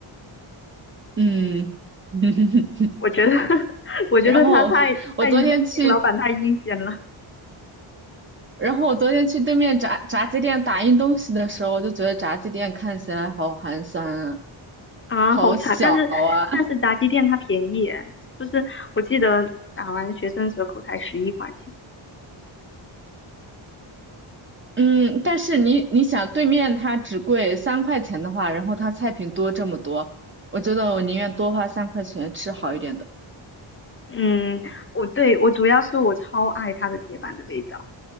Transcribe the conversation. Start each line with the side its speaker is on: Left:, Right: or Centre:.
Right: 嗯，<laughs>
Left: 我觉得 <laughs>，我觉得他太太那个老板太阴险了
Right: 然后我昨天去，然后我昨天去对面炸炸鸡店打印东西的时候，我就觉得炸鸡店看起来好寒酸啊，
Left: 啊，
Right: 好小啊。
Left: 好惨！但是但是炸鸡店它便宜耶，是不是？我记得打完学生折扣才十一块钱。
Right: 嗯，但是你你想，对面它只贵三块钱的话，然后它菜品多这么多，我觉得我宁愿多花三块钱吃好一点的。
Left: 嗯，我对我主要是我超爱它的铁板的味道，